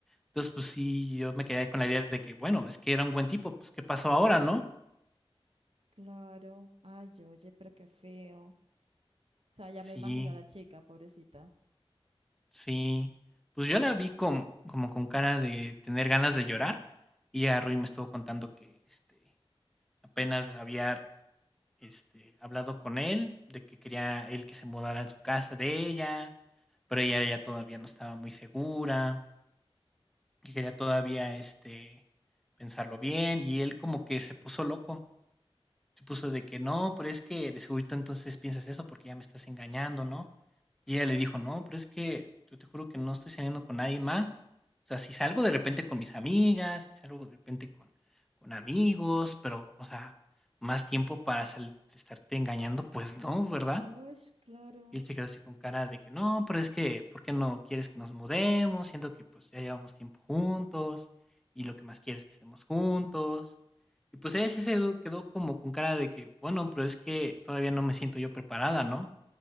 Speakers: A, in the centre; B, on the right (about 80°).
A: Entonces, pues sí, yo me quedé con la idea de que, bueno, es que era un buen tipo, pues ¿qué pasó ahora, no?
B: claro. Ay, oye, pero qué feo. O sea, ya
A: Sí,
B: me imagino a la chica, pobrecita.
A: sí. Pues yo la vi con, como con cara de tener ganas de llorar y agarró y me estuvo contando que este, apenas había este, hablado con él, de que quería él que se mudara en su casa de ella, pero ella ya todavía no estaba muy segura que quería todavía este pensarlo bien y él como que se puso loco, se puso de que no, pero es que de segurito entonces piensas eso porque ya me estás engañando, ¿no? Y ella le dijo, no, pero es que yo te juro que no estoy saliendo con nadie más. O sea, si salgo de repente con mis amigas, si salgo de repente con, con amigos, pero, o sea, más tiempo para sal- estarte engañando, pues no, ¿verdad?
B: Uy, claro,
A: Y él se quedó así con cara de que no, pero es que, ¿por qué no quieres que nos mudemos? Siento que pues ya llevamos tiempo juntos y lo que más quieres es que estemos juntos. Y pues ella sí se quedó quedó como con cara de que, bueno, pero es que todavía no me siento yo preparada, ¿no?